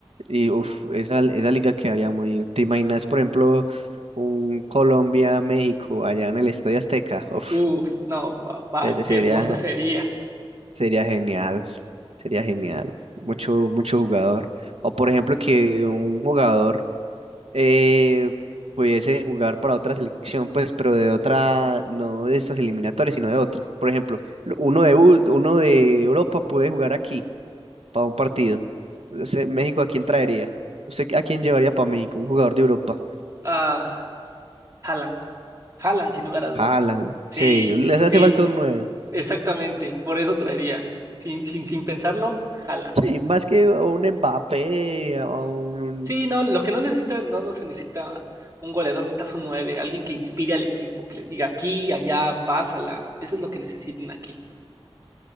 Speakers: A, on the right; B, on the right.
A: Y uff, esa, esa liga quedaría muy. ¿Te imaginas, por ejemplo, un Colombia-México allá en el Estadio Azteca? Uf,
B: Uf, no, papá, qué
A: sería
B: hermoso sería.
A: Sería genial, sería genial. Mucho, mucho jugador. O por ejemplo que un jugador eh, pudiese jugar para otra selección, pues, pero de otra, no de estas eliminatorias, sino de otras. Por ejemplo, lo- uno de, Eu- uno de Europa puede jugar aquí para un partido. O sea, México, ¿a quién traería? ¿Usted a quién llevaría para México? Un jugador de Europa.
B: Ah, Haaland. Haaland, sin lugar a dudas.
A: Haaland,
B: Sí,
A: sí, les hace
B: sí,
A: falta un nueve.
B: exactamente. Por eso traería. Sin, sin, sin pensarlo, Haaland.
A: Sí, más que a un Mbappé, a un
B: Sí, no, lo que no necesita, no, no se necesita un goleador, necesitas un nueve, alguien que inspire al equipo, que les diga aquí, allá, pásala. Eso es lo que necesitan aquí.